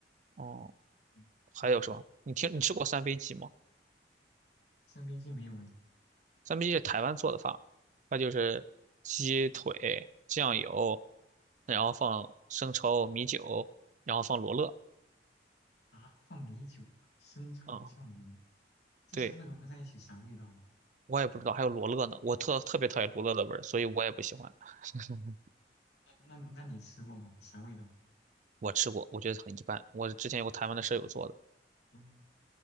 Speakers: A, on the right (about 45°); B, on the left (about 75°).
A: 哦，
B: 嗯，
A: 还有什么？你听你吃过三杯鸡吗？
B: 三杯鸡没有哎，
A: 三杯鸡是台湾做的饭，它就是鸡腿、酱油，然后放生抽、米酒，然后放罗勒。
B: 啊，放米酒、生抽、
A: 嗯，
B: 酱油，这三个融合在一起啥味道啊？
A: 对，我也不知道还有罗勒呢，我特特别讨厌罗勒的味儿，所以我也不喜欢。<laughs>
B: 那那那你吃过吗？啥味道？
A: 我吃过，我觉得很一般。我之前有个台湾的舍友做的，
B: 嗯，